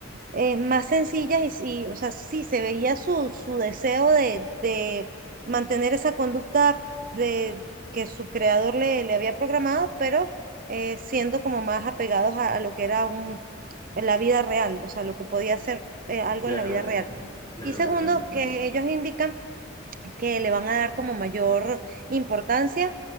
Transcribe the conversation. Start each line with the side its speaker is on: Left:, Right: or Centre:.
Right: eh, más sencillas y sí, o sea, sí se veía su, su deseo de, de mantener esa conducta de que su creador le, le había programado, pero eh, siendo como más apegados a, a lo que era un, la vida real, o sea, lo que podía ser eh, algo
Left: Claro,
Right: en la vida real.
Left: claro,
Right: Y segundo,
Left: claro.
Right: que ellos indican que le van a dar como mayor importancia